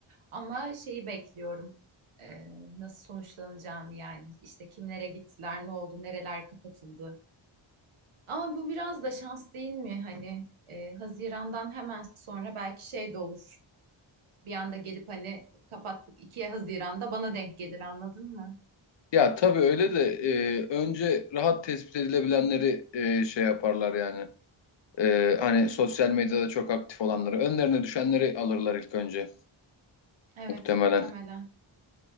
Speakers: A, on the right; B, on the left.
A: Ama şeyi bekliyorum. Ee, nasıl sonuçlanacağını yani. işte kimlere gittiler, ne oldu, nereler kapatıldı. Ama bu biraz da şans değil mi? Hani e, Haziran'dan hemen sonra belki şey de olur. Bir anda gelip hani kapattık 2 Haziran'da bana denk gelir anladın mı?
B: Ya tabii öyle de e, önce rahat tespit edilebilenleri e, şey yaparlar yani. E, hani sosyal medyada çok aktif olanları. Önlerine düşenleri alırlar ilk önce
A: Evet
B: muhtemelen.
A: muhtemelen.